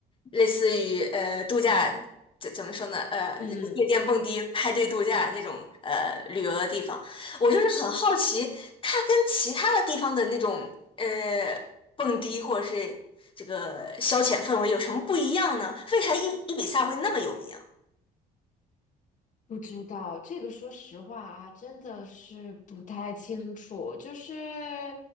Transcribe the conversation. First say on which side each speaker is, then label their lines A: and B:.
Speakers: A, on the left (about 30°); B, on the left (about 45°).
A: 类似于呃度假，怎怎么说呢？呃，
B: 嗯，
A: 就是夜店蹦迪、派对度假这种呃旅游的地方，我就是很好奇，它跟其他的地方的那种呃蹦迪或者是这个消遣氛围有什么不一样呢？为啥伊伊比萨会那么有名啊
B: 不知道这个，说实话啊，真的是不太清楚。就是